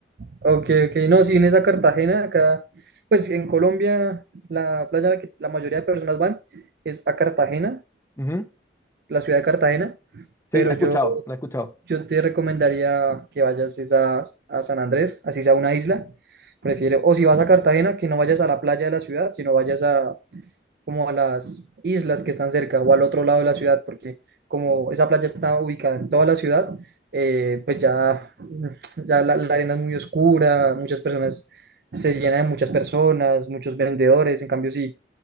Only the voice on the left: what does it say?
Ujú.
Sí,
la he
escuchado, la he escuchado.